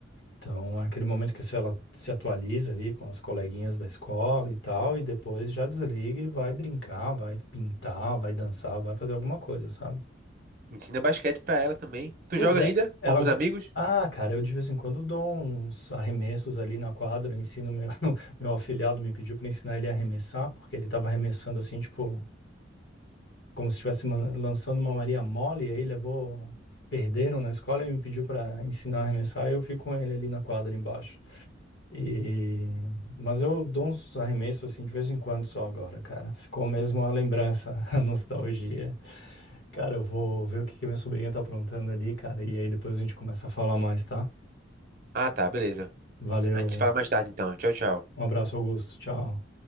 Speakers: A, on the left; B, on the right.
A: Então, é aquele momento que se ela se atualiza ali com as coleguinhas da escola e tal, e depois já desliga e vai brincar, vai pintar, vai dançar, vai fazer alguma coisa, sabe?
B: Ensina basquete para ela também. Tu
A: Pois
B: joga
A: é,
B: ainda?
A: Ele- ela
B: Com alguns
A: agora.
B: amigos?
A: Ah, cara, eu de vez em quando dou uns arremessos ali na quadra, eu ensino meu <laughs> meu afilhado me pediu para ensinar ele a arremessar, porque ele tava arremessando assim, tipo, como se estivesse man- lançando uma Maria mole, e aí levou perderam na escola e me pediu para ensinar a arremessar, e eu fico com ele ali na quadra embaixo. E mas eu dou uns arremessos assim de vez em quando só agora, cara. Ficou mesmo a lembrança, <laughs> a nostalgia. Cara, eu vou ver o que que minha sobrinha tá aprontando ali, cara, e aí depois a gente começa a falar mais, tá?
B: Ah, tá, beleza.
A: Valeu.
B: A gente se fala mais tarde então. Tchau, tchau.
A: Um abraço, Augusto. Tchau.